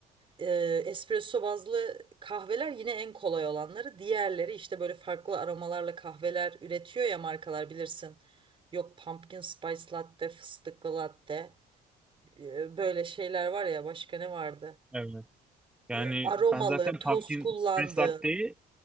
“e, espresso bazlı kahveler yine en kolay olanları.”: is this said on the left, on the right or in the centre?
Right